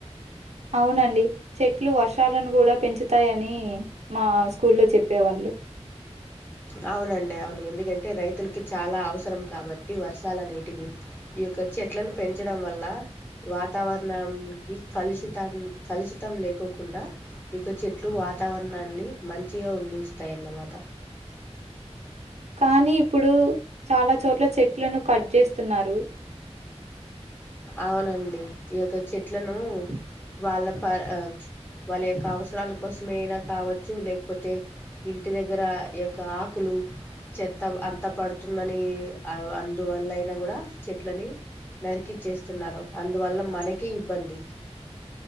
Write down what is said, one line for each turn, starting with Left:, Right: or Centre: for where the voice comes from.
Right: అవునండి చెట్లు వర్షాలను కూడా పెంచుతాయని మా స్కూల్లో చెప్పేవాళ్ళు
Left: అవునండి అవును ఎందుకంటే రైతులకి చాలా అవసరం కాబట్టి వర్షాల నీటి బిందు ఈ యొక్క చెట్లను పెంచడం వల్ల వాతావరణానికి కలుషితాన్ని కలుషితం లేకోకుండా ఈ యొక్క చెట్లు వాతావరణాన్ని మంచిగా ఉండినిస్తాయి అన్నమాట
Right: కానీ ఇప్పుడు చాలా చోట్ల చెట్లను కట్ చేస్తున్నారు
Left: అవునండి ఈ యొక్క చెట్లను వాళ్ళ ప వాళ్ళ యొక్క అవసరాల కోసమే అయినా కావచ్చు లేకపోతే ఇంటి దగ్గర యొక్క ఆకులు చెత్త అంతా పడుతుందని అందువల్ల అయినా కూడా చెట్లని నరికిచ్చేస్ తున్నారు అందువల్ల మనకే ఇబ్బంది